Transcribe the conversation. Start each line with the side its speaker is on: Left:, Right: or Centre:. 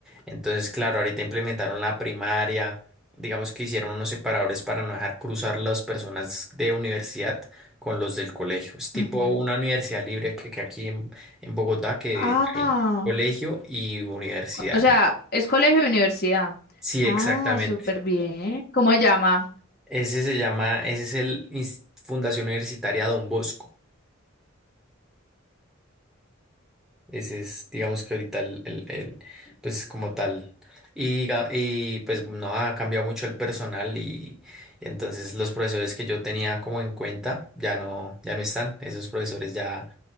Centre: Entonces, claro, ahorita implementaron la primaria, digamos que hicieron unos separadores para no dejar cruzar las personas de universidad con los del colegio. Es tipo
Left: Ujú.
Centre: una universidad libre que, que aquí en, en Bogotá, que
Left: ah,
Centre: hay colegio y universidad.
Left: O sea,
Centre: ¿no?
Left: es colegio y universidad.
Centre: Sí,
Left: Ah,
Centre: exactamente.
Left: súper bien. ¿Cómo se llama?
Centre: Ese se llama, ese es el Ins- Fundación Universitaria Don Bosco. Ese es, digamos que ahorita el, el- el, pues como tal. Y, ga- y pues no ha cambiado mucho el personal y entonces los profesores que yo tenía como en cuenta ya no, ya no están. Esos profesores ya,